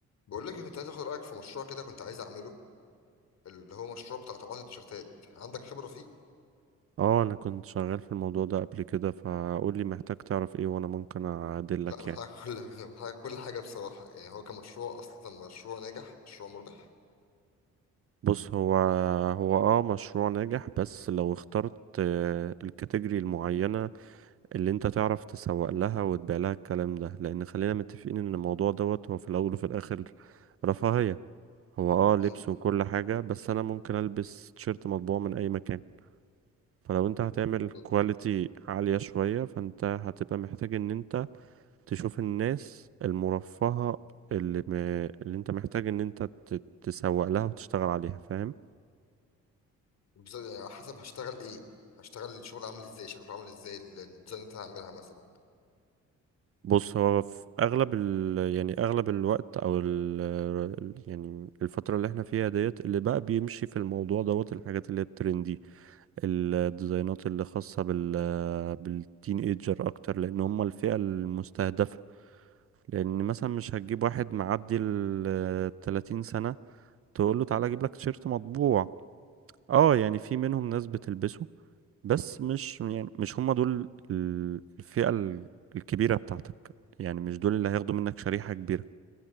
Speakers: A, on the left; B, on the right.
A: بقول لك إيه، كنت عايز اخد رايك في مشروع كده كنت عايز اعمله اللي هو مشروع بتاع طباعه التيشيرتات عندك خبره فيه
B: اه انا كنت شغال في الموضوع ده قبل كده فقول لي محتاج تعرف ايه وانا ممكن اعدلك
A: لا محتاج
B: يعني
A: كل <laughs> حاجه محتاج كل حاجه بصراحه يعني هو كمشروع اصلا مشروع ناجح مشروع مربح
B: بص هو هو اه مشروع ناجح بس لو اخترت آه، الكاتيجوري المعينة اللي انت تعرف تسوق لها وتبيع لها الكلام ده لان خلينا متفقين ان الموضوع دوت هو في الاول وفي الاخر رفاهية هو اه لبس
A: امم
B: وكل حاجة بس انا ممكن البس تيشيرت مطبوع من اي مكان فلو انت هتعمل
A: بالظبط
B: كواليتي عالية شوية فانت هتبقى محتاج ان انت تشوف الناس المرفهة اللي, م... اللي انت محتاج ان انت ت- تسوق لها وتشتغل عليها فاهم
A: بالظبط يعني على حسب هشتغل ايه هشتغل الشغل عامل ازاي شكله عامل ازاي ال- الديزاينات اللي هعملها مثلا
B: بص هو في اغلب ال... يعني اغلب الوقت او ال... ال- يعني الفترة اللي احنا فيها ديت اللي بقى بيمشي في الموضوع دوت الحاجات اللي هي الترندي الديزاينات اللي خاصة بال... بالتين ايجر اكتر لان هم الفئة المستهدفة لان مثلا مش هتجيب واحد معدي ال 30 سنة تقول له تعالى اجيب لك تيشيرت مطبوع اه يعني في منهم ناس بتلبسه بس مش يعني مش هم دول ال- الفئة ال- الكبيرة بتاعتك يعني مش دول اللي هياخدوا منك شريحة كبيرة